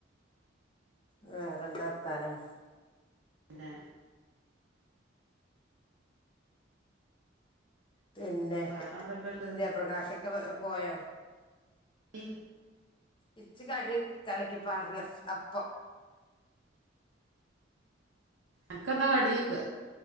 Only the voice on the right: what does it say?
ന്നെ
വേറെ എന്തൊക്കെയുണ്ട്
ഇൻ
എൻക്കെന്താ കടിയൊയ്ക്ക്